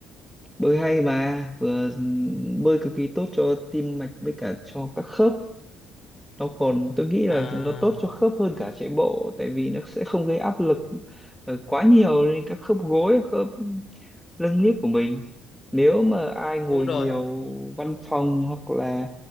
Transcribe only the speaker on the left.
à
đúng rồi